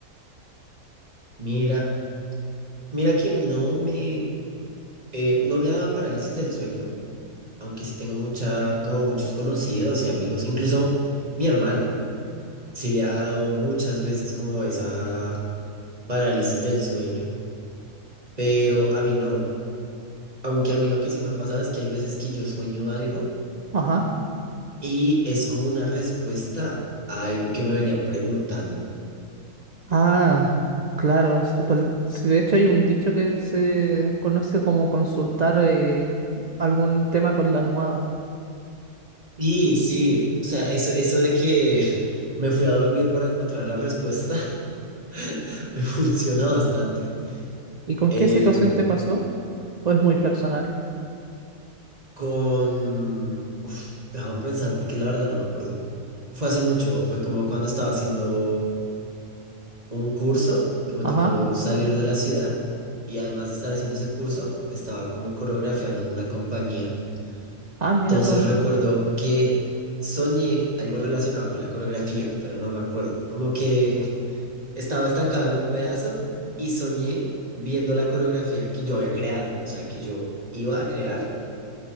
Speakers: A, on the right; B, on the right.
A: Mira, mira que no me, eh, no me ha dado parálisis del sueño, aunque sí tengo mucha, como muchos conocidos y amigos, incluso mi hermana, sí le ha dado muchas veces como esa parálisis del sueño, pero a mí no, aunque a mí lo que sí me ha pasado es que hay veces que yo sueño algo
B: Ajá.
A: y es como una respuesta a algo que me venía preguntando.
B: Ah, claro. s- por- e, sí, De hecho hay un dicho que se conoce como consultar eh, algún tema con la almohada.
A: Y sí, o sea, eso, eso de que <laughs> me fui a dormir para encontrar la respuesta <laughs> me funciona bastante.
B: ¿Y con
A: Eh,
B: qué situación te pasó? ¿O es muy personal?
A: con... Uf, déjame pensar, porque la verdad no me acuerdo. Fue hace mucho, fue como cuando estaba haciendo un curso que me
B: Ajá.
A: tocó salir de la ciudad y además de estar haciendo ese curso, estaba como coreografiando en una compañía.
B: Ah, mira
A: Entonces
B: tú.
A: recuerdo que soñé algo relacionado con la coreografía, pero no me acuerdo. Como que estaba estancado en un pedazo y soñé viendo la coreografía que yo había creado, o sea, que yo iba a crear.